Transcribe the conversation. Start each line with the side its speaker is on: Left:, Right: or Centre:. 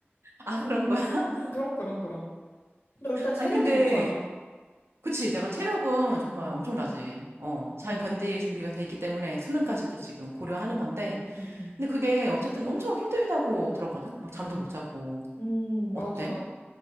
Right: 아, 그런 거야? <laughs>
Left: 음, 그럼, 그럼, 그럼. 너 일단 체력이
Right: 아니, 근데,
Left: 좋잖아.
Right: 그치, 내가 체력은 정말 엄청나지. 어, 잘
Left: 음,
Right: 견딜 준비가 돼 있기 때문에 수능까지도
Left: 음,
Right: 지금 고려하는
Left: 음,
Right: 건데.
Left: 음, 음. 음,
Right: 근데 그게 어쨌든 엄청 힘들다고 들었거든? 막 잠도 못 자고.
Left: 음, 맞아.
Right: 어때?